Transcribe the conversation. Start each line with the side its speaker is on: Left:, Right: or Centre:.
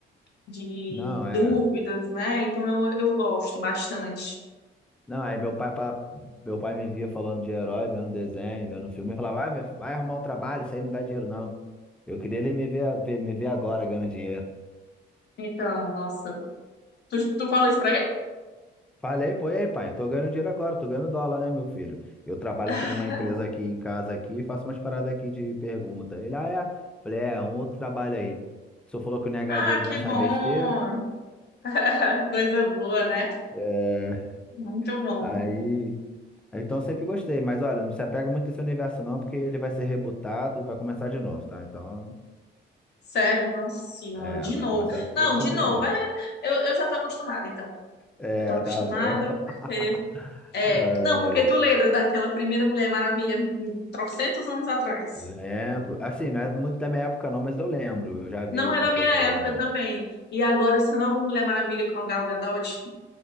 Left: de
Centre: Não, é.
Left: dúvidas, né? Então eu, eu gosto bastante.
Centre: Não, aí meu pai, pa- meu pai me via falando de herói, vendo desenho, vendo filme, e falava, vai, meu- vai arrumar um trabalho, isso aí não dá dinheiro, não. Eu queria ele me ver, ver- me ver agora ganhando dinheiro.
Left: Então, nossa, tu, tu falou isso pra ele?
Centre: Falei, pô, e aí, pai? Eu tô ganhando dinheiro agora, tô ganhando dólar, né, meu filho? Eu trabalho
Left: <laughs>
Centre: aqui numa empresa aqui em casa aqui, faço umas paradas aqui de pergunta. Ele, ah, é? Falei, é, um outro trabalho aí. O senhor falou que não ia ganhar
Left: Ah,
Centre: dinheiro
Left: que
Centre: vendo essas
Left: bom!
Centre: besteiras.
Left: <laughs> Coisa boa, né?
Centre: É,
Left: Muito bom.
Centre: aí. Então eu sempre gostei, mas olha, não se apega muito a esse universo, não, porque ele vai ser rebutado e vai começar de novo, tá? Então.
Left: Sério, nossa senhora,
Centre: É,
Left: de
Centre: vai
Left: novo.
Centre: começar tu-
Left: Não,
Centre: tudo
Left: de novo,
Centre: de novo.
Left: é, eu, eu já tô acostumada, então.
Centre: É,
Left: Eu tô acostumada
Centre: tá bom. <laughs>
Left: porque. É,
Centre: Ai,
Left: não, porque tu lembra daquela primeira Mulher Maravilha, hum, hum, trocentos anos atrás.
Centre: lembro. Assim, não é muito da minha época, não, mas eu lembro. Eu já vi
Left: Não
Centre: algumas
Left: é da minha
Centre: coisas dela
Left: época
Centre: já.
Left: também. E agora essa nova Mulher Maravilha com a Gal Gadot